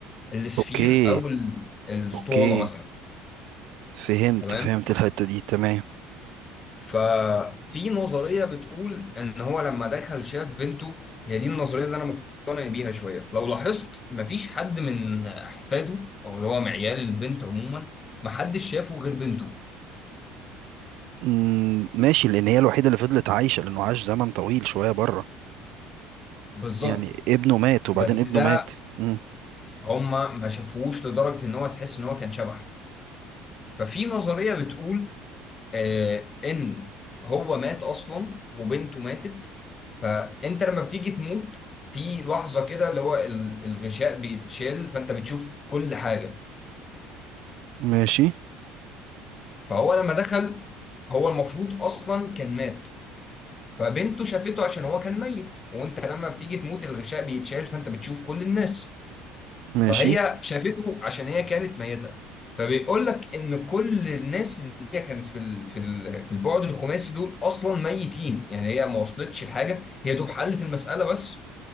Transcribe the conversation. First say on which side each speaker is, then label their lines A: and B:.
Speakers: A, on the left (about 25°); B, on the right (about 65°).
A: السفير
B: أوكي
A: او ال- الاسطوانه
B: أوكي
A: مثلا
B: فهمت
A: تمام
B: فهمت الحتة دي تمام
A: ففي نظرية بتقول إن هو لما دخل شاف بنته هي دي النظرية اللي أنا مقتنع بيها شوية لو لاحظت مفيش حد من أحفاده أو اللي هو معيال البنت عموما محدش شافه غير بنته
B: مم، ماشي لأن هي الوحيدة اللي فضلت عايشة لأنه عاش زمن طويل شوية بره
A: بالظبط
B: يعني ابنه مات وبعدين
A: بس
B: ابنه
A: ده
B: مات مم.
A: هما ما شافوهوش لدرجة إن هو تحس إن هو كان شبح ففي نظرية بتقول آه، ان هو مات اصلا وبنته ماتت فانت لما بتيجي تموت في لحظه كده اللي هو ال- الغشاء بيتشال فانت بتشوف كل حاجه
B: ماشي
A: فهو لما دخل هو المفروض اصلا كان مات فبنته شافته عشان هو كان ميت وانت لما بتيجي تموت الغشاء بيتشال فانت بتشوف كل الناس
B: ماشي
A: فهي شافته عشان هي كانت ميتة فبيقول لك ان كل الناس اللي هي كانت في ال- في ال- في البعد الخماسي دول اصلا ميتين يعني هي ما وصلتش لحاجه هي دوب حلت المساله بس